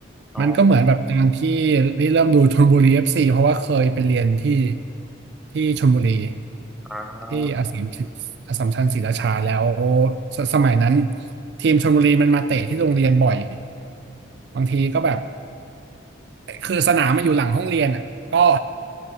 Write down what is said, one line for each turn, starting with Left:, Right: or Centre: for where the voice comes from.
Centre: อ๋อ
Right: มันก็เหมือนแบบการที่ที่เริ่มดูชลบุรีเอฟซีเพราะว่าเคยไปเรียนที่ที่ชลบุรี
Centre: อ่า
Right: ที่อาสสัมชัญอสสัมชัญศรีราชาแล้วสสมัยนั้นทีมชลบุรีมันมาเตะที่โรงเรียนบ่อยบางทีก็แบบ คือสนามมาอยู่หลังห้องเรียนอ่ะก็